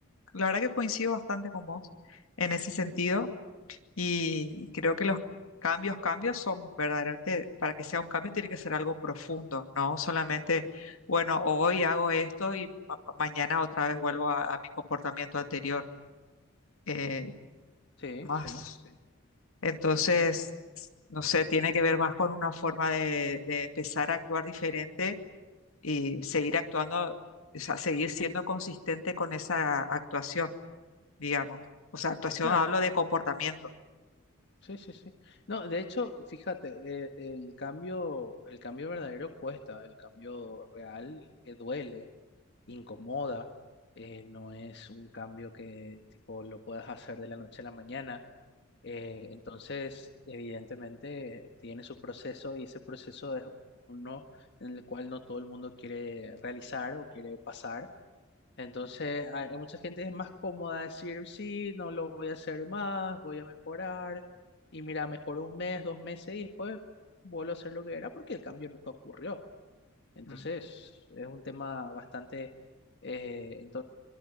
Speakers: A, on the left; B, on the left.
A: la verdad que coincido bastante con vos en ese sentido
B: Ujú.
A: y creo que los cambios, cambios son verdaderamente, para que sea un cambio tiene que ser algo profundo, no solamente, bueno, hoy hago esto y ma- mañana otra vez vuelvo a, a mi comportamiento anterior. eh,
B: Sí,
A: más
B: sí, sí.
A: Entonces,
B: Bueno,
A: no sé, tiene que ver más con una forma de, de empezar a actuar diferente y seguir actuando, o sea, seguir siendo consistente con esa actuación, digamos. O sea, actuación
B: claro,
A: hablo de comportamiento.
B: sí, sí, sí. No, de hecho, fíjate, eh, el cambio, el cambio verdadero cuesta, el cambio real eh, duele, incomoda, eh, no es un cambio que tipo lo puedas hacer de la noche a la mañana Eh, entonces, evidentemente, tiene su proceso y ese proceso es uno en el cual no todo el mundo quiere realizar o quiere pasar. Entonces, hay, hay mucha gente que es más cómoda decir, sí, no lo voy a hacer más, voy a mejorar. Y mira, mejoró un mes, dos meses y después vuelvo a hacer lo que era porque el cambio nunca ocurrió. Entonces,
A: Mm.
B: es un tema bastante, eh,